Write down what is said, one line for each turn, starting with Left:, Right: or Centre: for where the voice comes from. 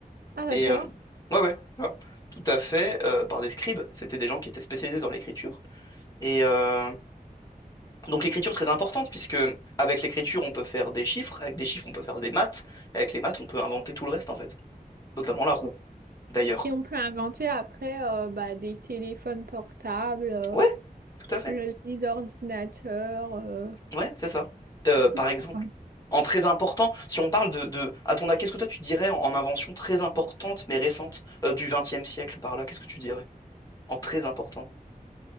Right: Ah d'accord.
Left: Et euh, ouais, ouais, voilà. Tout à fait, euh, par des scribes. C'était des gens qui étaient spécialisés dans l'écriture. Et euh, Donc l'écriture est très importante puisque avec l'écriture on peut faire des chiffres, avec des chiffres on peut faire des maths, et avec les maths on peut inventer tout le reste en fait, notamment la roue d'ailleurs.
Right: Et on peut inventer après euh, bah, des téléphones portables, euh,
Left: Ouais, tout à fait.
Right: le- les ordinateurs, euh,
Left: Ouais, c'est ça. Euh,
Right: tout
Left: par
Right: ça.
Left: exemple,
Right: quoi.
Left: en très important, si on parle de, de à ton avis, qu'est-ce que toi tu dirais en, en invention très importante mais récente euh, du XXe siècle par là, qu'est-ce que tu dirais en très important?